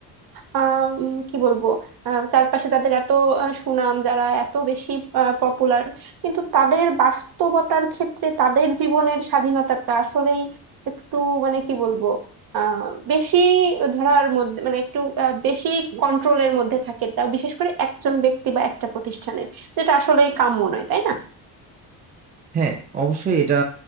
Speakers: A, on the right; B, on the right.
A: আহ, উম, কি বলবো আহ, চারপাশে তাদের এত আহ, সুনাম যারা এত বেশি পপুলার কিন্তু তাদের বাস্তবতার ক্ষেত্রে তাদের জীবনের স্বাধীনতাটা আসলেই একটু মানে কি বলবো আহ বেশি ধরার মধ্যে মানে একটু আহ, বেশি কন্ট্রোলের মধ্যে থাকে তা বিশেষ করে একজন ব্যক্তি বা একটা প্রতিষ্ঠানের যেটা আসলেই কাম্য নয় তাই না
B: হ্যাঁ অবশ্যই এটা